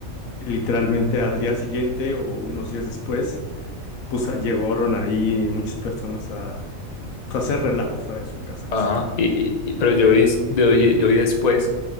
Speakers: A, on the left; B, on the left.
A: literalmente al día siguiente o unos días después, pues a- llegaron ahí muchas personas a pues, hacer relajo fuera de su casa, básicamente.
B: ajá. Y, y- y- pero yo vi, es- yo vi yo vi después